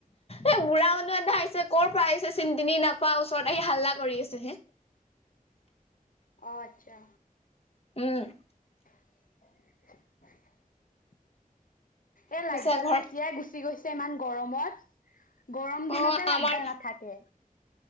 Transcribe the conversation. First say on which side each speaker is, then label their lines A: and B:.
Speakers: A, on the left; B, on the left.
A: এ বুঢ়া মানুহ এটা আহিছে কৰ পৰা আহিছে চিনি তিনি নাপাওঁ ওচৰত আহি হাল্লা কৰি আছে হে-
B: অ আচ্ছা।
A: উম
B: <inaudible> এ
A: পিছে
B: লাইভডালো
A: ঘৰ
B: এতিয়াই গুচি গৈছে ইমান গৰমত গৰম
A: অ
B: দিনতে লাগডাল
A: আমাৰ
B: নাথাকে।